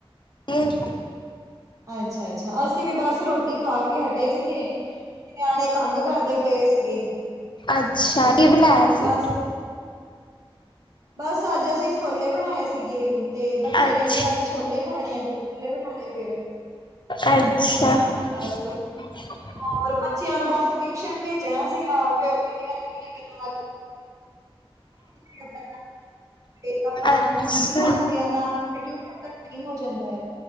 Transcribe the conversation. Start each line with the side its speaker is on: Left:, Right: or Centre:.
Left: ਸੀ।
Right: ਅੱਛਾ- ਅੱਛਾ, ਅਸੀਂ ਵੀ ਬਸ ਰੋਟੀ ਖਾ ਕੇ ਹਟੇ ਸੀਗੇ ਨਿਆਣੇ ਤੰਗ ਕਰਦੇ ਪਏ ਸੀਗੇ।
Left: ਅੱਛਾ, ਕੀ ਬਣਾਇਆ ਸੀ।
Right: ਬਸ ਬਸ ਅੱਜ, ਅਸੀਂ ਛੋਲੇ ਬਣਾਏ ਸੀਗੇ ਤੇ ਬੱਚੇ
Left: ਅੱਛਾ
Right: ਕਹਿੰਦੇ ਅੱਜ ਛੋਲੇ ਖਾਣੇ ਆ, ਤੇ ਛੋਲੇ ਬਣਾ ਲੇ ਫੇਰ।
Left: ਅੱਛਾ।
Right: ਬਸ ਤੂੰ
Left: <inaudible>
Right: ਔਰ, ਬੱਚਿਆਂ ਨੂੰ ਬਸ, ਟਿਊਸ਼ਨ ਭੇਜਣਾ ਸੀਗਾ, ਫੇਰ ਉਹਦੀ ਤਿਆਰੀ ਚ <unintelligible> ਫੇਰ, ਆਪਣਾ
Left: ਅੱਛਾ
Right: ਰੋਟੀ ਖਾਂਦੇ ਆ ਨਾ, ਟਿਊਸ਼ਨ ਦਾ ਟੈਮ ਹੋ ਜਾਂਦਾ ਹੈ।